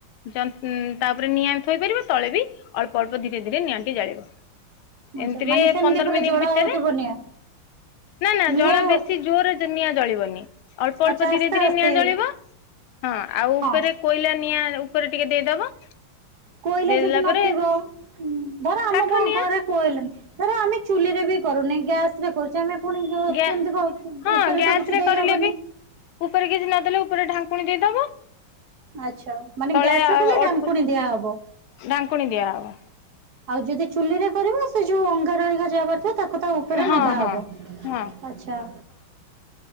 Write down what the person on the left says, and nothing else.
ଯନ୍ତ୍ ଉଁ ତାପରେ ନିଆଁ ବି ଥୋଇପାରିବ ତଳେ ବି ଅଳ୍ପ ଅଳ୍ପ ଧୀରେ ଧୀରେ ନିଆଁଟି ଜାଳିବ।
ଏମିତିରେ
ପନ୍ଦର
ମିନିଟ୍
ଭିତରେ
ନା ନା
ଜଳା ବେଶୀ ଜୋରରେ ନିଆଁ ଜାଳିବନି ଅଳ୍ପ
ଅଳ୍ପ ଧୀରେ
ଧୀରେ
ନିଆଁ ଜଳିବ ହଁ ଆଉ ଉପରେ
କୋଇଲା ନିଆଁ ଉପରେ ଟିକେ ଦେଇଦବ।
ଦେଇଦେଲା
ପରେ
କାଠ
ନିଆଁ
ଗ୍ୟା
ହଁ
ଗ୍ୟାସ
ରେ
କରିଲେ ବି ଉପରେ କିଛି ନଦେଲେ ଉପରେ ଢାଙ୍କୁଣି ଦେଇଦବ।
ତଳେ
ଅଳ୍ପ
ଢାଙ୍କୁଣୀ ଦିଆ ହବ।
ହଁ
ହଁ ହଁ